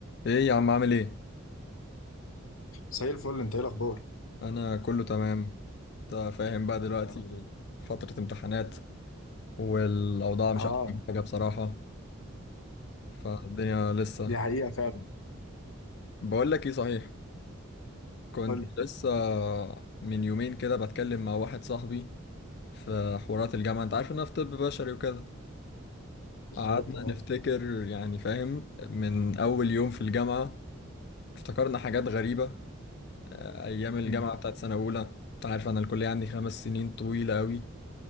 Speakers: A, on the left; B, on the left.
A: ايه يا عم عامل ايه
B: زي الفل انت ايه الاخبار
A: انا كله تمام انت فاهم بقى دلوقتي
B: يا رب دايما
A: فترة امتحانات والاوضاع مش
B: اه
A: احسن حاجة بصراحة فالدنيا لسه
B: دي حقيقه فعلا
A: بقول لك ايه صحيح كنت
B: قول لي
A: لسه من يومين كده بتكلم مع واحد صاحبي في حوارات الجامعة انت عارف ان انا في طب بشري وكده
B: بالظبط
A: قعدنا
B: اه
A: نفتكر يعني فاهم من اول يوم في الجامعة افتكرنا حاجات غريبة آه، ايام الجامعة
B: مم.
A: بتاعت سنة اولى انت عارف انا الكلية عندي خمس سنين طويلة قوي